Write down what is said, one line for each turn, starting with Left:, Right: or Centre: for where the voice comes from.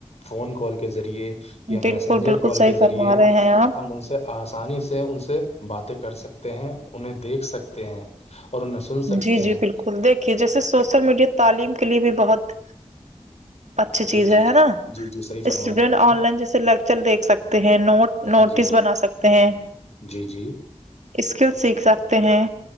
Left: فون کال کے ذریعے یا میسنجر
Right: بالکل بالکل
Left: کال
Right: صحیح
Left: کے
Right: فرما
Left: ذریعے
Right: رہے ہیں آپ
Left: ہم ان سے آسانی سے ان سے باتیں کر سکتے ہیں انہیں دیکھ سکتے ہیں اور انہیں سن سکتے
Right: جی جی
Left: ہیں
Right: بالکل دیکھیے جیسے سوشل میڈیا تعلیم کے لیے بھی بہت اچھی
Left: جی
Right: چیز
Left: جی
Right: ہے
Left: جی
Right: ہے نا
Left: جی جی صحیح فرمایا
Right: اسٹوڈینٹ
Left: آپ نے
Right: آن لائن جیسے لیکچر دیکھ سکتے ہیں نوٹ نوٹس
Left: جی
Right: بنا سکتے ہیں
Left: جی جی
Right: اسکل سیکھ سکتے ہیں